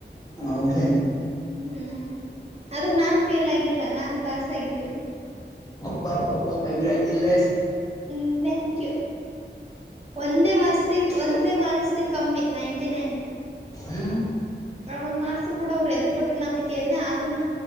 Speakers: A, on the left; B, on the right.
A: ಹೌದ
B: ಹ್ಮ್ ಆದ್ರ ನಾನ್ ಫೇಲ್ ಆಗಿಲ್ಲ ನಾನ್ ಪಾಸ್ ಆಗಿದ್ದೀನಿ
A: ಹಬ್ಬ ಪಬ್ ಕಂಗಾಜಿಲ್ಲ
B: ಹ್ಮ್ ಥಾಂಕ್ ಯು ಒಂದೇ ಮಾರ್ಸ ಒಂದೇ ಮಾರ್ಕ್ಸಿಗೆ ಕಮ್ಮಿ ನೈಂಟಿ ನೈನ್
A: ಹ್ಮ್
B: ಆ ಒಂದ್ ಮಾರ್ಕ್ಸ ಕೂಡ ಅವ್ರು ಎದಕ್ ಕೊಟ್ಟಿಲ್ಲ ಅಂತ ಕೇಳನೆ ಆದ್ನು